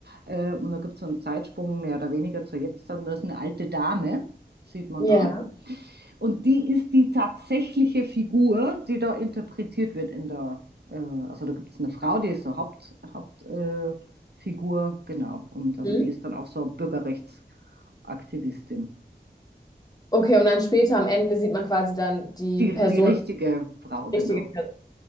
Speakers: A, on the right; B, on the left.
A: Äh, und da gibt es so einen Zeitsprung mehr oder weniger zur Jetzt. Dann da ist eine alte Dame, sieht man
B: Ja.
A: da. Und die ist die tatsächliche Figur, die da interpretiert wird in der, äh, also da gibt es eine Frau, die ist so Haupt, Hauptfigur, äh, genau. Und also
B: Mhm.
A: die ist dann auch so Bürgerrechtsaktivistin.
B: Okay, und dann später am Ende sieht man quasi dann die
A: Die,
B: Person,
A: die richtige Frau, genau.
B: die richtige Person.